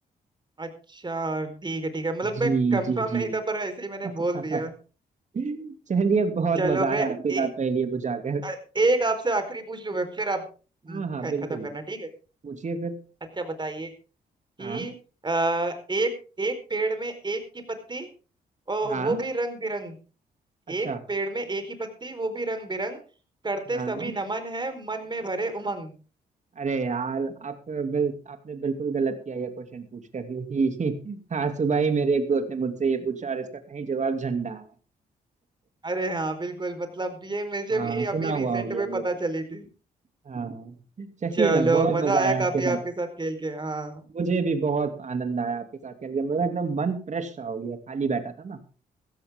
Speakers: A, on the right (about 25°); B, on the right (about 45°).
A: अच्छा ठीक है ठीक है मतलब
B: जी
A: मैं कंफर्म
B: जी जी
A: नहीं था पर ऐसे ही मैंने
B: <laughs>
A: बोल दिया
B: चलिए बहुत
A: चलो
B: मजा
A: मैं
B: आया आपके साथ
A: एक
B: पहेलियां बुझाकर
A: अ, एक आपसे आखिरी पूछ लूं मैं फिर आप म,
B: हाँ हाँ
A: ख-
B: बिल्कुल
A: खत्म करना ठीक है
B: पूछिए फिर
A: अच्छा बताइए कि
B: हाँ
A: आ, एक एक पेड़ में एक की पत्ती और
B: हाँ
A: वो भी रंग बिरंग
B: अच्छा
A: एक पेड़ में एक ही पत्ती वो भी रंग बिरंग करते
B: हाँ
A: सभी नमन है मन में भरे उमंग
B: अरे यार आप बिल आपने बिल्कुल गलत किया ये क्वेश्चन पूछ कर क्योंकि <laughs> आज सुबह ही मेरे एक दोस्त ने मुझसे ये पूछा और इसका सही जवाब झंडा है
A: अरे हाँ बिल्कुल मतलब ये मुझे
B: हाँ
A: भी
B: सुना
A: अभी
B: हुआ
A: रिसेंट
B: हो गया
A: में पता
B: ये तो
A: चली थी
B: हाँ चलिए
A: चलो
B: ना बहुत
A: मजा
B: मजा
A: आया
B: आया आपके
A: काफी
B: साथ
A: आपके साथ खेल के हाँ
B: मुझे भी बहुत आनंद आया आपके साथ खेल के मेरा एकदम मन फ्रेश सा हो गया खाली बैठा था ना